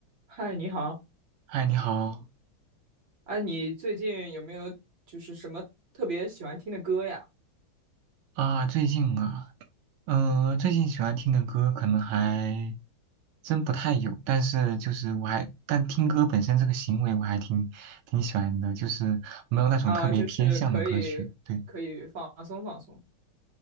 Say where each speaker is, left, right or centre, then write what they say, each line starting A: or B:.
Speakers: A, on the right; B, on the right.
A: 嗨，你好，
B: 嗨，你好
A: 啊，你最近有没有就是什么特别喜欢听的歌呀？
B: 啊，最近啊，嗯、最近喜欢听的歌可能还真不太有，但是就是我还，但听歌本身这个行为我还挺挺喜欢的，就是没有那种特别偏向的歌曲。
A: 啊，就是可以可以放松放松。
B: 对，